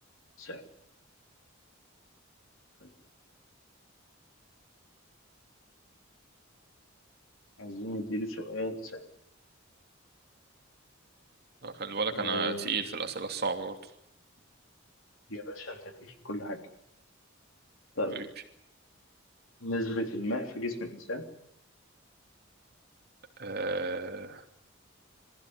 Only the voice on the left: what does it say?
سهل طيب عايزين نديله سؤال سهل
آه،
يا باشا أنت تقيس في كل حاجة طيب
نسبة الماء في جسم الإنسان